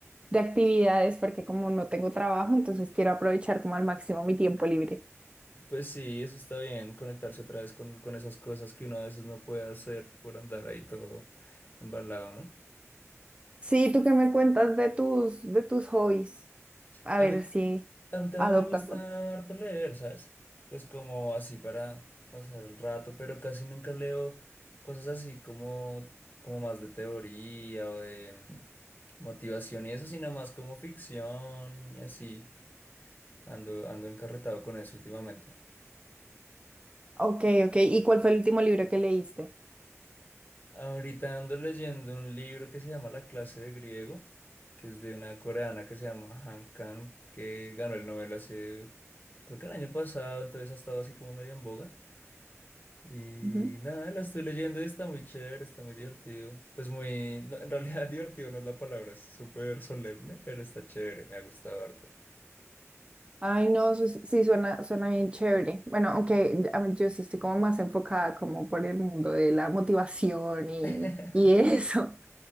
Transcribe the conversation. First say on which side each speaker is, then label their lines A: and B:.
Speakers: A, on the right; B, on the left.
A: de actividades, porque como no tengo trabajo, entonces quiero aprovechar como al máximo mi tiempo libre.
B: Pues sí, eso está bien, conectarse otra vez con, con esas cosas que uno a veces no puede hacer por andar ahí todo embalado, ¿no?
A: Sí, ¿tú qué me cuentas de tus, de tus hobbies? A
B: A
A: ver
B: mí,
A: si
B: a mí también
A: adoptan.
B: me gusta harto leer, ¿sabes? Pues como así para pasar el rato, pero casi nunca leo cosas así como, como más de teoría o de mm, motivación y eso, sino más como ficción y así. Ando, ando encarretado con eso últimamente.
A: Ok, ok. ¿Y cuál fue el último libro que leíste?
B: Ahorita ando leyendo un libro que se llama La clase de griego, que es de una coreana que se llama Han Kang, que ganó el Nobel hace, creo que el año pasado, entonces ha estado así como medio en boga. Y
A: Ujú.
B: nada, la estoy leyendo y está muy chévere, está muy divertido. Pues muy, no, en realidad <laughs> divertido no es la palabra, es súper solemne, pero está chévere, me ha gustado harto.
A: Ay, no, su- sí, suena, suena bien chévere. Bueno, aunque a mí- yo sí estoy como más enfocada como por el mundo de la motivación y,
B: <laughs>
A: y <laughs> eso.